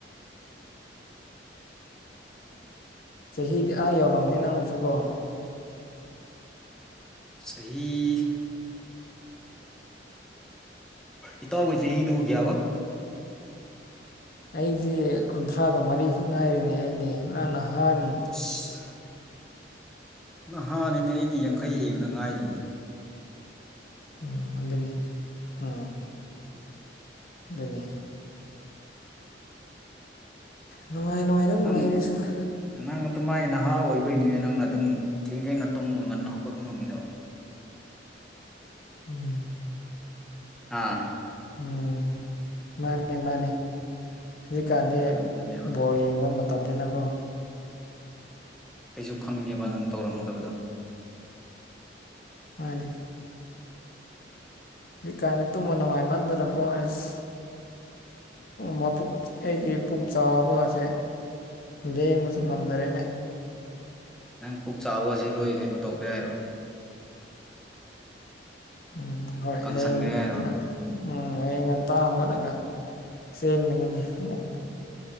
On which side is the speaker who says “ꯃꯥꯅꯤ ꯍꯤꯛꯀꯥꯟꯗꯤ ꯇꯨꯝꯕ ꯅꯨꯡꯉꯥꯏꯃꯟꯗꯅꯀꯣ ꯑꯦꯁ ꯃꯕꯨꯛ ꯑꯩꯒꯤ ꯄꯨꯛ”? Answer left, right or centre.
Left